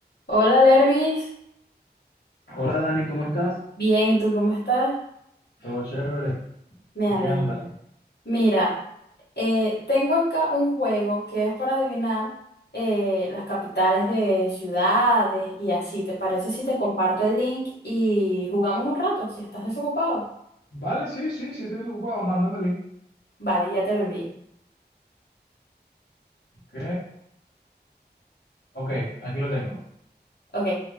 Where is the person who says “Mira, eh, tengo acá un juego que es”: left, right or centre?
Left